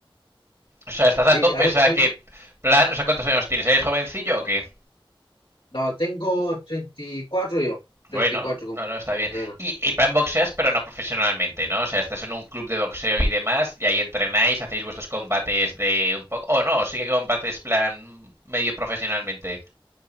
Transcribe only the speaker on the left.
Sí,
algo,
algo.
No, tengo 34 yo, 34
cumplí
en
febrero.